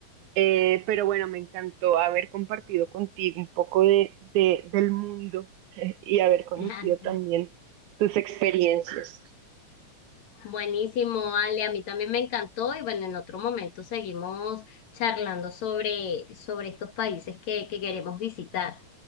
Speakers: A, on the right; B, on the left.
A: Eh, pero bueno, me encantó haber compartido contigo un poco de, de, del mundo <laughs> y haber conocido
B: <laughs> Ajá,
A: también tus experiencias.
B: Buenísimo, Ale, a mí también me encantó y bueno, en otro momento seguimos charlando sobre, sobre estos países que que queremos visitar.